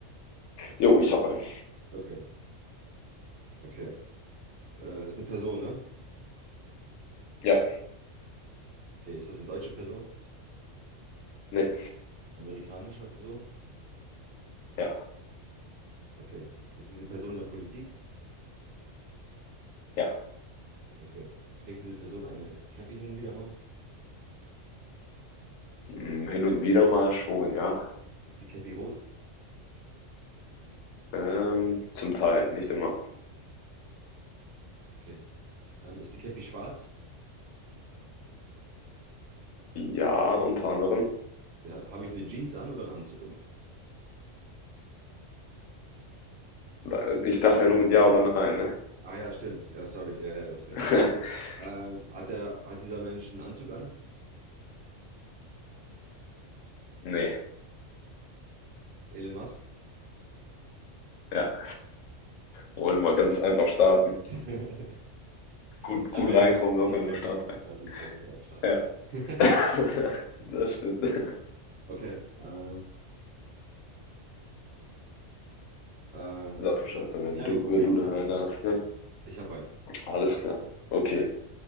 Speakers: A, on the left; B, on the right.
A: Jo, ich habe einen.
B: Okay, okay. Äh, ist eine Person, ne?
A: Ja,
B: Okay, ist das eine deutsche Person?
A: nee,
B: Amerikanische Person?
A: ja,
B: Okay. Ist diese Person in der Politik?
A: ja.
B: Okay. Trägt diese Person eine Cappy hin und wieder mal?
A: Hm, Hin und wieder mal schon, ja.
B: Ist die Cappy rot?
A: Ähm, zum Teil, nicht immer.
B: Okay. Ähm, ist die Cappy schwarz?
A: Ja, unter anderem.
B: Ja, habe ich eine Jeans an oder einen Anzug immer?
A: Da- Ich darf ja nur mit Ja oder Nein, ne?
B: Ah ja, stimmt. Ja, sorry. Ja, ja, du hast recht.
A: <laughs>
B: Ähm, hat der, hat dieser Mensch einen Anzug an?
A: Nee.
B: Elon Musk?
A: Ja. Wollen wir ganz einfach starten.
B: <laughs>
A: Gut, gut
B: Amerika-Politik,
A: reinkommen, locker in den
B: happy.
A: Start rein.
B: Gerade ich war sofort am Start.
A: Ja.
B: <laughs>
A: <laughs> Das stimmt.
B: Okay. Ähm, ähm,
A: Sag Bescheid, wenn
B: ja,
A: du,
B: ich, okay,
A: wenn du dann
B: ich habe
A: eine
B: einen.
A: hast, ne?
B: Ich habe einen.
A: Alles klar. Okay.